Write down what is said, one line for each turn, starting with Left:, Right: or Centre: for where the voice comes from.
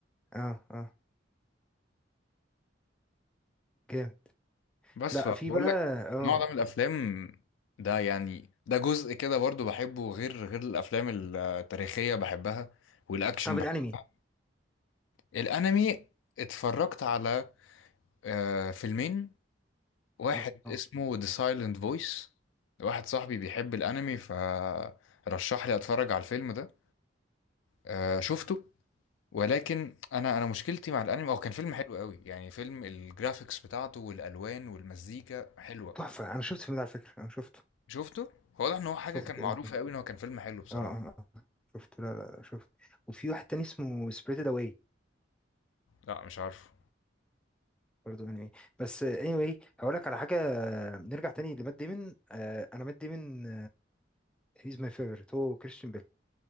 Centre: آه، آه، جامد
Left: بس
Centre: لا
Left: فبقول
Centre: في بقى
Left: لك
Centre: اه
Left: النوع ده من الافلام ده يعني ده جزء كده برضو بحبه غير غير الافلام التاريخيه بحبها والاكشن
Centre: طب
Left: بحبها
Centre: الانمي
Left: الانمي اتفرجت على آه، فيلمين واحد
Centre: اه آه،
Left: اسمه ذا سايلنت فويس واحد صاحبي بيحب الانمي ف رشح لي اتفرج على الفيلم ده آه شفته ولكن انا انا مشكلتي مع الانمي هو كان فيلم حلو قوي يعني فيلم الجرافيكس بتاعته والالوان والمزيكا حلوه
Centre: تحفه انا شفت الفيلم ده على فكره انا شفته
Left: شفته هو واضح ان هو حاجه
Centre: شفته
Left: كان معروفه
Centre: اه
Left: قوي ان هو كان فيلم حلو بصراحه
Centre: اه اه آه، شفته لا لا لا، شفته وفي واحد تاني اسمه سبريتد اواي
Left: لا مش عارفه
Centre: برضه انمي بس anyway هقول لك على حاجه آه، نرجع تاني لمات ديمون آه انا مات ديمون هيز ماي فيفورت هو كريستيان بيل